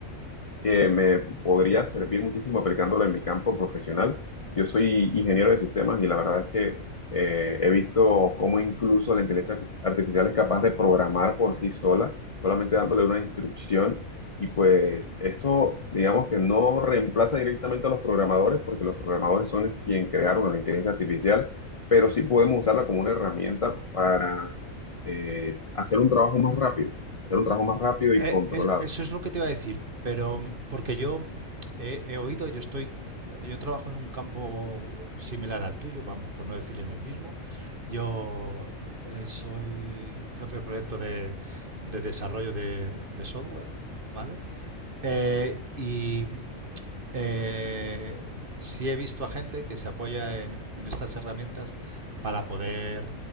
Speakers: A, on the left; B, on the right.
A: que me podría servir muchísimo aplicándolo en mi campo profesional. Yo soy ingeniero de sistemas y la verdad es que eh, he visto cómo incluso la inteligencia artificial es capaz de programar por sí sola, solamente dándole una instrucción. Y pues esto, digamos que no reemplaza directamente a los programadores, porque los programadores son quienes crearon la inteligencia artificial, pero sí podemos usarla como una herramienta para eh, hacer un trabajo más rápido, hacer un trabajo más rápido
B: Eh,
A: y controlado.
B: eh, eso es lo que te iba a decir, pero mm, porque yo he, he oído, yo estoy, yo trabajo en un campo similar al tuyo, vamos, por no decir en el mismo. Yo eh, soy jefe de proyecto de, de desarrollo de, de software, ¿vale? Eh, y eh, sí he visto a gente que se apoya en, en estas herramientas para poder